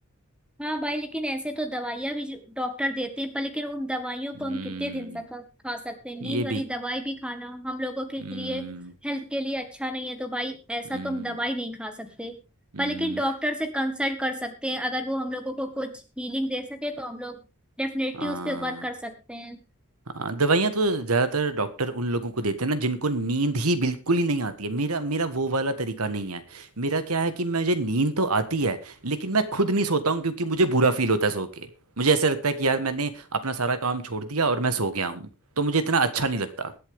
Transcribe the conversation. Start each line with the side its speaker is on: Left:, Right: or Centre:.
Centre: हाँ भाई लेकिन ऐसे तो दवाइयाँ भी डॉक्टर देते हैं पर लेकिन उन दवाइयों को
Right: हम्म
Centre: हम कितने दिन तक खा खा सकते हैं नींद
Right: ये
Centre: वाली
Right: भी
Centre: दवाई भी खाना हम लोगों के
Right: हम्म
Centre: लिए हेल्थ के लिए अच्छा नहीं है तो भाई ऐसा
Right: हम्म
Centre: तो हम दवाई नहीं खा सकते
Right: हम्म
Centre: पर लेकिन डॉक्टर से कंसल्ट कर सकते हैं अगर वो हम लोगों को कुछ हीलिंग दे सके तो हम लोग डेफिनेटली
Right: हाँ
Centre: उस पर वर्क कर सकते हैं
Right: हाँ दवाइयाँ तो ज़्यादातर डॉक्टर उन लोगों को देते हैं ना जिनको नींद ही बिल्कुल ही नहीं आती है मेरा मेरा वो वाला तरीका नहीं है मेरा क्या है कि मुझे नींद तो आती है लेकिन मैं खुद नहीं सोता हूँ क्योंकि मुझे बुरा फील होता है सो के मुझे ऐसा लगता है कि यार मैंने अपना सारा काम छोड़ दिया और मैं सो गया हूँ तो मुझे इतना अच्छा नहीं लगता